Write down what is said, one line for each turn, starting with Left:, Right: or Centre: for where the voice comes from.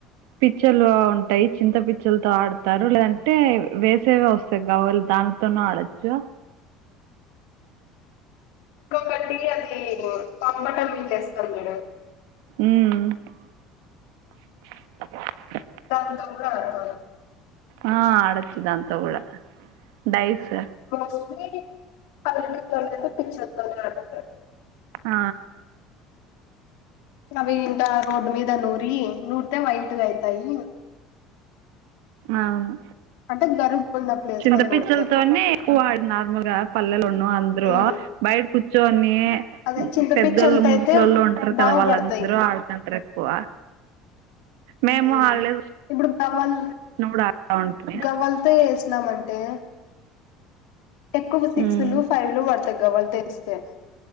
Right: పిచ్చలు ఉంటాయి చింత పిచ్చలతో ఆడుతారు లేదంటే వేసేవి వస్తాయి గవ్వలు దాన్ తోని ఆడొచ్చు
Left: కంబట్టి అది పాంపట్టం మీద ఏస్తరు మేడం
Right: మ్
Left: తంతం కూడా అర్థ
Right: ఆ ఆడొచ్చు దాంతో కూడా ఆ డైస్
Left: మా రూమే <unintelligible> పిచ్చల్ తోని ఆడుతారు
Right: ఆ
Left: ఆ అవి ఇంకా రోడ్డు మీద నూరి నూరితే వైట్గా అయితాయి
Right: అవును
Left: అంటే గరుకుబండ ప్లేస్
Right: చింతపిచ్చలతోనే
Left: లొ నూరితే
Right: ఎక్కువ వాడు నార్మల్ గా పల్లెలోన్న అందరు
Left: ఉమ్
Right: బయట కూర్చోని
Left: అదే చింతపిచ్చలతో
Right: పెద్దళ్ళు ముసలీ
Left: అయితే
Right: వాళ్ళు ఉంటారు
Left: బాగుపడతాయి
Right: కదా వాళ్ళందరూ ఆడుతుంటారు ఎక్కువ మేము
Left: మ్
Right: హాలిడేస్
Left: ఇప్పుడు గవ్వలు
Right: వచ్చినప్పుడు ఆడుతా ఉంటిమి
Left: గవ్వలతో వేసినాం అంటే ఎక్కువ సిక్స్
Right: ఉమ్
Left: లు ఫైవ్ లు పడుతాయి గవ్వల్తో వేస్తే